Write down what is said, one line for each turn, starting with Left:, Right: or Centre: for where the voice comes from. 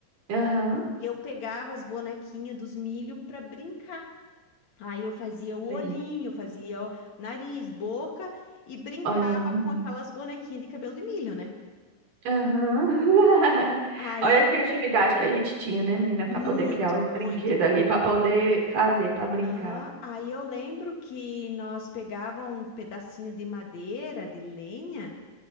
Right: Aham.
Left: E eu pegava as bonequinhas dos milho pra brincar. Aí eu fazia o olhinho,
Right: Aí.
Left: fazia o nariz, boca e brincava
Right: Olha aí. menina.
Left: com aquelas bonequinhas de cabelo de milho, né?
Right: Aham. <laughs>
Left: Aí
Right: Olha a criatividade que a gente tinha, né, menina, para
Left: muito,
Right: poder criar os brinquedos
Left: muito.
Right: ali, para poder fazer, para brincar.
Left: Aham. Aí eu lembro que nós pegava um pedacinho de madeira, de lenha,